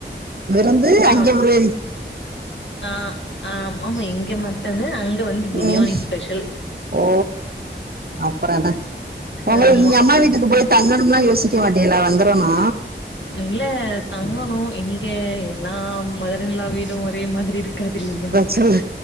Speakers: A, on the right (about 55°); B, on the left (about 80°).
A: விருந்து
B: ஆ
A: அங்க ஒரு
B: ஆ ஆ ஆமா இங்க மட்டனு அங்க வந்து பிரியாணி
A: உம்
B: ஸ்பெஷல்
A: ஓ அப்புறோ என்ன உங்களுக்
B: ஆமா
A: நீங்க அம்மா வீட்டுக்கு போயி தங்கணும்லா யோசிக்க மாட்டிளா வந்துரனு
B: இல்ல தங்கணு இங்க எல்லாம் மதர் இன் லா வீடோ ஒரே மாதிரி இருக்காது இல்லயா
A: சொல்